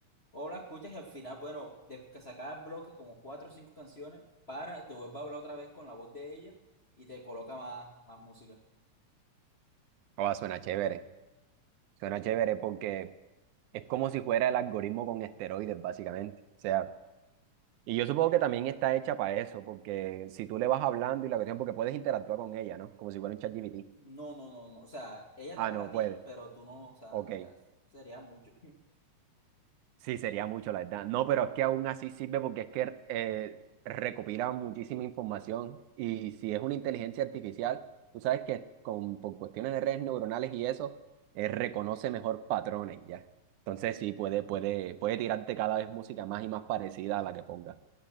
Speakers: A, on the left; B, on the right.
A: O la escuchas y al final, bueno, de que sacas bloque como cuatro o cinco canciones, para, te vuelve a hablar otra vez con la voz de ella y te coloca más, más música.
B: Oh, suena chévere. Suena chévere porque es como si fuera el algoritmo con esteroides, básicamente. O sea, y yo supongo que también está hecha para eso, porque si tú le vas hablando y la cuestión, porque puedes interactuar con ella, ¿no? Como si fuera un ChatGPT.
A: No, no, no, no. O sea, ella te
B: Ah,
A: habla
B: no
A: a ti,
B: puede.
A: pero tú no, o sea,
B: Ok.
A: ya sería mucho. <laughs>
B: Sí, sería mucho, la verdad. No, pero es que aún así sirve porque es que eh, recopila muchísima información y si es una inteligencia artificial, tú sabes que con, por cuestiones de redes neuronales y eso, eh, reconoce mejor patrones ya. Entonces sí, puede, puede, puede tirarte cada vez música más y más parecida a la que ponga.